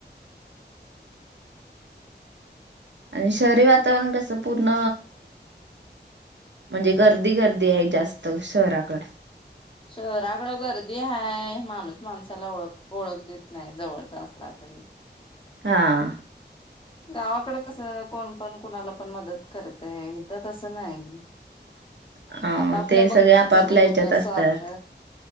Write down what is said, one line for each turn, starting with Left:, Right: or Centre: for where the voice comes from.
Right: आणि शहरी वातावरण कसं पूर्ण. म्हणजे गर्दी गर्दी आहे जास्त शहराकड.
Left: शहराकड गर्दी आहेय माणूस माणसाला ओळख ओळख देत नाही जवळचा असला तरी.
Right: हा हा,
Left: गावाकडे कसं कोण पण कुणाला पण मदत करतय हेत तसं नाही.
Right: <inaudible> अ
Left: आपापला
Right: ते सगळे
Left: बघतात
Right: आपापल्या
Left: लोक
Right: हच्यात असतात.
Left: स्वार्थ